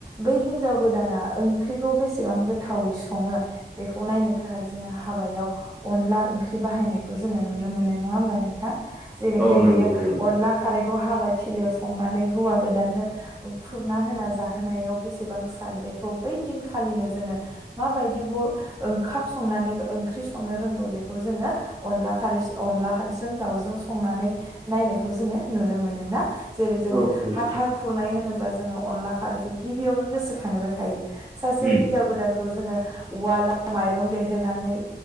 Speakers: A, on the right; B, in the centre.
A: बै हिनजाव गोदाना ओंख्रिखौ बेसेबां गो गोथावै संङो बेखौ नायनो थाखाय जोंङो हाबायाव अनला ओंख्रि बाहायनायखौ जोंङो नुनो मोनो नो नंङा होमबा नों जेरै
B: औ
A: हाय
B: नंगौ
A: बेयो
B: नुयो
A: अनला खारै खौ हाबा थिलियाव संनानै हौवा गोदाननो खुरना होना जाहोनायाव बेसेबां साद बे खौ बै दिनखालिनो जोंङो माबायदि ब ओंखाम संनानै ओंख्रि संनो रों खौ बे खौ जोंओ अनला खारैसो अनला दावजों संना नानै नायखौ जोंङो नुनो मोनो ना? जेरै जोंङो
B: औ नंगौ
A: हाथा खुरनाय होनोबा अब्ला जोंङो अनला खारैखौ गिबियावनो गोसोखांग्रो खायो सासे
B: उम
A: हिनजाव गोदान खौ जोङो उवाल माइरं देहोनानै